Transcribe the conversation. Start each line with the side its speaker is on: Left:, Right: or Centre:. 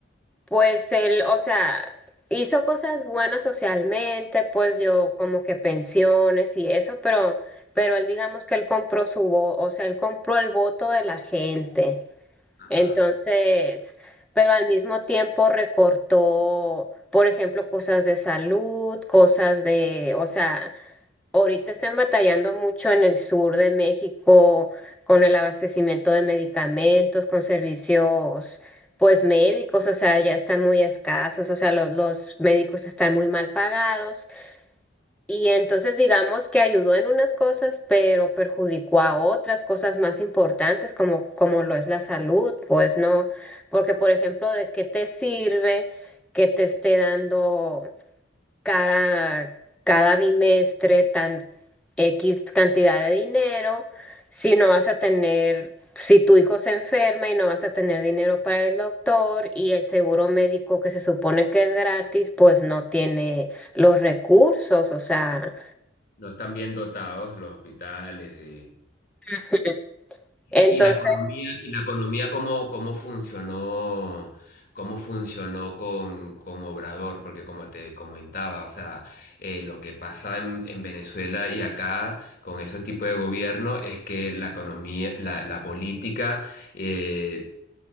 Centre: Pues él, o sea, hizo cosas buenas socialmente, pues dio como que pensiones y eso, pero, pero él digamos que él compró su voto, o sea, él compró el voto de la gente.
Left: Ajá.
Centre: Entonces, pero al mismo tiempo recortó, por ejemplo, cosas de salud, cosas de, o sea, Ahorita están batallando mucho en el sur de México con el abastecimiento de medicamentos, con servicios, pues médicos, o sea, ya están muy escasos, o sea, los, los médicos están muy mal pagados y entonces digamos que ayudó en unas cosas, pero perjudicó a otras cosas más importantes como, como lo es la salud, pues no, porque por ejemplo, ¿de qué te sirve que te esté dando? cada, cada bimestre tan X cantidad de dinero, si no vas a tener, si tu hijo se enferma y no vas a tener dinero para el doctor y el seguro médico que se supone que es gratis, pues no tiene los recursos, o sea,
Left: No están bien dotados los hospitales y.
Centre: <laughs> entonces,
Left: Y la economía, y la economía cómo, cómo funcionó, cómo funcionó con, con Obrador, porque como te comentaba, o sea, eh, lo que pasa en, en Venezuela y acá con ese tipo de gobierno es que la economía, la, la política eh,